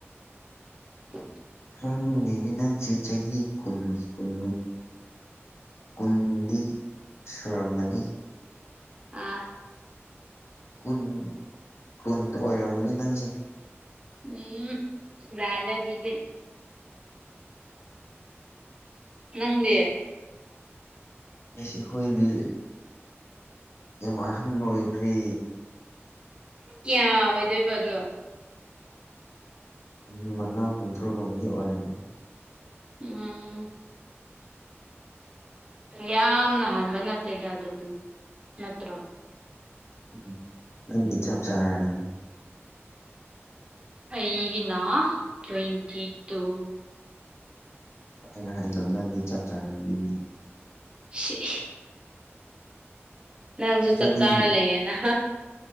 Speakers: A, on the right (about 20°); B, on the left (about 65°).
A: ꯊꯝ <inaudible>
B: ꯈꯪꯗꯦꯅꯦ ꯅꯪꯁꯦ ꯆꯍꯤ ꯀꯨꯟ ꯀꯨꯟ ꯀꯨꯟꯗꯤ ꯁꯨꯔꯝꯃꯅꯤ
A: ꯑꯥ
B: ꯀꯨꯟ ꯀꯨꯟ ꯑꯣꯏꯔꯝꯕꯅꯤ ꯅꯪꯁꯦ
A: ꯎꯝ ꯂꯂꯗꯤꯒ ꯅꯪꯗꯦ
B: ꯑꯦꯁꯦ ꯍꯣꯏꯔꯤ ꯏꯃꯍꯟ ꯂꯣꯏꯈ꯭ꯔꯦ
A: ꯀꯌꯥ ꯑꯣꯏꯗꯣꯏꯕꯗꯣ
B: ꯄꯨꯡ ꯃꯉꯥ ꯀꯨꯟꯇ꯭ꯔꯥꯒꯨꯝꯕꯗꯤ ꯑꯣꯏꯔꯕꯝꯅꯦ
A: ꯎꯝ ꯌꯥꯝꯅ ꯍꯥꯟꯕ ꯅꯠꯇꯦꯗ ꯑꯗꯨꯗꯤ ꯅꯠꯇ꯭ꯔꯣ
B: ꯎꯝ ꯅꯪꯒꯤ ꯆꯞ ꯆꯥꯔꯕꯅꯤ
A: ꯑꯩꯒꯤꯅ ꯇ꯭ꯋꯦꯟꯇꯤ ꯇꯨ
B: ꯑꯩꯅ ꯍꯥꯏꯗꯣ ꯅꯪꯗꯤ ꯆꯞ ꯆꯥꯅꯅꯤꯅꯦ
A: ꯁꯤꯁ ꯅꯪꯁꯨ
B: ꯏꯕꯥꯅꯤ
A: ꯆꯞ ꯆꯥꯔ ꯂꯩꯌꯦꯅ